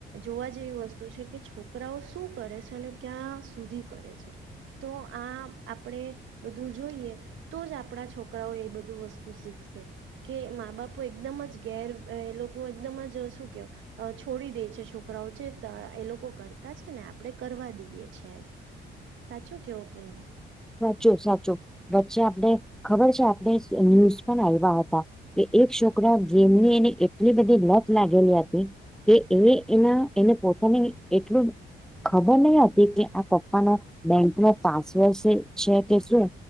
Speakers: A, on the right; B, in the centre.
A: જોવા જેવી વસ્તુ છે કે છોકરાઓ શું કરે છે, અને ક્યાં સુધી કરે છે. તો આ આપડે બધું જોઈએ. તો જ આપણા છોકરાઓ એ બધું વસ્તુ શીખશે. કે મા બાપો એકદમ જ ઘેર એ લોકો એકદમ જ શું કયો. છોડી દે છે, છોકરાઓ છે એ લોકો કરતા છે, ને આપણે કરવા દઈએ છી એમ. સાચ ઓકે ઓકે ન!.
B: સાચું સાચું વચ્ચે આપડ ખબર છે, આપણે ન્યૂઝ પણ આવ્યા હતા. કે એક છોકરા ગેમની એની એટલી બધી લત લાગેલી હતી. કે એ એના એને પોતાને એટલું. ખબર નહ હતી કે આ પપ્પાનોો બેંક નો પાસવર્ડ છે. છે, કે શું